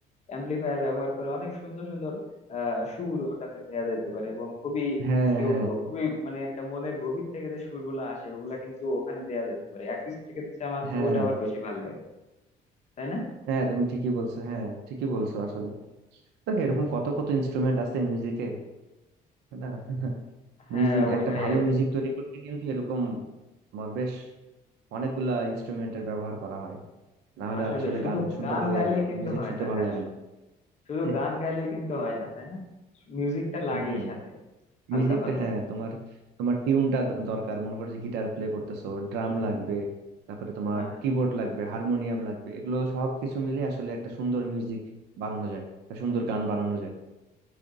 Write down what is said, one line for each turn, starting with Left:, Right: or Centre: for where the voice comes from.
Left: অ্যাম্পলিফায়ার ব্যবহার করে অনেক সুন্দর সুন্দর আহ সুর ওটাতে দেওয়া যাইতে পারে এবং খুবই
Right: হ্যাঁ
Left: কি
Right: হ্যাঁ
Left: বলবো খুবই মানে একটা মনের গভীর থেকে যে সুরগুলো আসে ওগুলা কিন্তু ওখানে দেওয়া যেতে পারে অ্যাকুস্টিকের চেয়ে আমার তো
Right: হ্যাঁ
Left: ওইটা আবার বেশি ভাল লাগে তাই না
Right: হ্যাঁ তুমি ঠিকই বলছো হ্যাঁ ঠিকই বলছো আসলে দেখো এরকম কত কত ইনস্ট্রুমেন্ট আছে মিউজিকে না <laughs>
Left: হ্যাঁ
Right: মিউজিক
Left: ওইটাই
Right: একটা ভালো
Left: আর
Right: মিউজিক
Left: কি
Right: তৈরি করতে কিন্তু এরকম আমার বেশ অনেকগুলা ইনস্ট্রুমেন্টের ব্যবহার করা হয় না হলে
Left: আসলে
Right: আসলে
Left: শুধু
Right: গান শুনতে
Left: গান
Right: ভালো
Left: গাইলেই
Right: লাগে না
Left: কিন্তু
Right: মিউজিক
Left: হয়
Right: শুনতে
Left: না
Right: ভালো
Left: হ্যাঁ
Right: লাগে না
Left: শুধু
Right: <laughs>
Left: গান গাইলেই কিন্তু হয় না তাই না মিউজিকটা লাগেই
Right: হুম
Left: সাথে হালকা
Right: মিউজিকটা
Left: পাতলা
Right: হ্যাঁ তোমার তোমার টিউনটা দরকার মনে করো যে গিটার প্লে করতেছো ড্রাম লাগবে তারপরে তোমার
Left: হ্যাঁ
Right: কিবোর্ড লাগবে হারমোনিয়াম লাগবে এগুলো সব কিছু মিলে আসলে একটা সুন্দর মিউজিক বানানো যায় একটা সুন্দর গান বানানো যায়